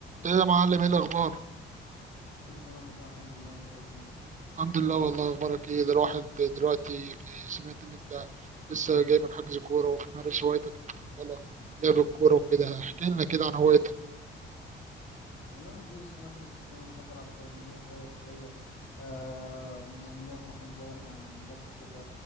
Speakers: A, on the right; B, on the left.
A: ايه يا معلم ايه الاخبار
B: كله تمام والله الحمد لله انت ايه الدنيا
A: الحمد لله والله اخبارك ايه ده الواحد دلوقتي سمعت ان انت لسه جاي من حجز كوره وبتمارس هوايتك المفضله لعب الكوره وكده احكي لنا كده عن هوايتك
B: والله ما فيش انا كل الفكره انا بحب العب كوره من وانا صغير شويه آه يعني من وقت ما كنت برجع من المدرسه كده